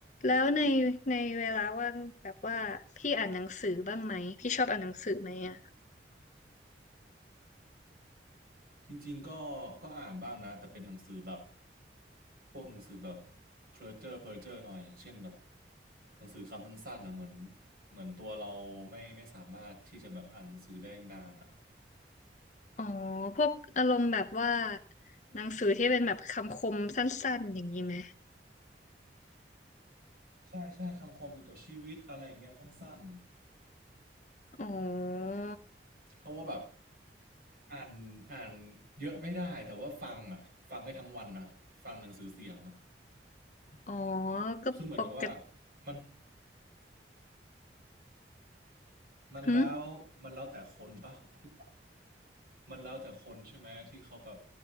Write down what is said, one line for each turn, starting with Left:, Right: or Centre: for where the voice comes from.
Left: แล้วในในเวลาว่างแบบว่าพี่อ่านหนังสือบ้างไหมพี่ชอบอ่านหนังสือไหมอ่ะ
Right: จริงๆก็ก็อ่านบ้างนะแต่เป็นหนังสือแบบพวกหนังสือแบบเพ้์เจ้อร์เพ้์เจอร์หน่อยอย่างเช่นแบบหนังสือคำสั้นๆนะเหมือนเหมือนตัวเราไม่ไม่สามารถที่จะแบบอ่านหนังสือได้นานอ่ะ
Left: อ๋อพวกอารมณ์แบบว่าหนังสือที่เป็นแบบคำคมสั้นๆอย่างนี้ไหม
Right: ใช่ใช่คำคมเกี่ยวกับชีวิตอะไรอย่างเงี้ยสั้น
Left: อ๋อ
Right: ๆเพราะว่าแบบอ่านอ่านเยอะไม่ได้แต่ว่าฟังอ่ะฟังได้ทั้งวันนะฟังหนังสือเสียงอ่ะ
Left: อ๋อก็ปกติ
Right: คือเหมือนกับว่ามันมันแล้วมันแล้วแต่คนปะที่
Left: หึ
Right: มันแล้วแต่คนใช่ไหมที่เขาแบบ